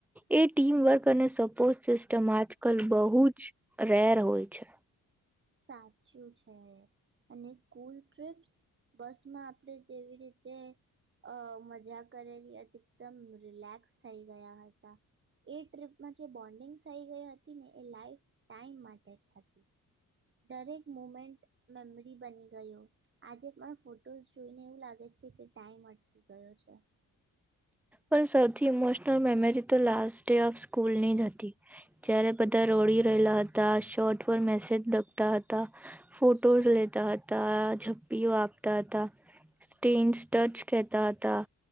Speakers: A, in the centre; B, on the right.
A: એ ટીમ વર્ક. અને સપોર્ટ સિસ્ટમ આજકાલ બહુ જ રેર હોય છે.
B: સાચું છે અને સ્કૂલ ટ્ર્રીપ્સ બસ માં આપણે જેવી રીતે. અ મજા. કરેલી અતમ રિલેક્સ થઈ ગયા હતા એ ટપમાં જે બોન્ડિંગ થઈ ગઈ હતી ને એ લાઈફ ટાઈમ માટે જ હતી. દરેક મુમેન્ટ. મેમરી બની ગયો આજે પણ ફોટોઝ જોઈને એવું લાગે છે કે ટાઈમ અટકી ગયો છે.
A: પણ સૌથી ઇમોશનલ મેમરી તો લાસ્ટ ડે ઓફ સ્કૂલની જ હતી જય્યારે બધા રોડી રહેલા હતા શોટ પર મેસેજ લખતા હતા ફોટોસ લેતા હતા ઝપ્પીઓ આપતા હતા સ્ટન્ ટચ કેતા હતા